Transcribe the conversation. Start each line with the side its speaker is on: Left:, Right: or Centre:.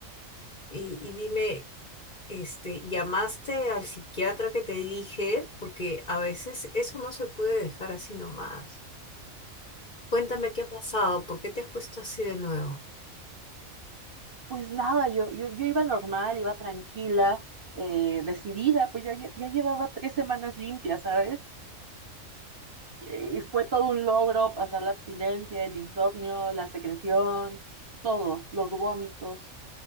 Left: Y, y dime, este, ¿llamaste al psiquiatra que te dije? Porque a veces eso no se puede dejar así nomás. Cuéntame qué ha pasado, por qué te has puesto así de nuevo.
Right: Pues nada, yo, yo, yo iba normal, iba tranquila, eh, decidida, pues ya, lle- ya llevaba tres semanas limpias, ¿sabes? Y y fue todo un logro pasar la abstinencia, el insomnio, la secreción, todo, los vómitos.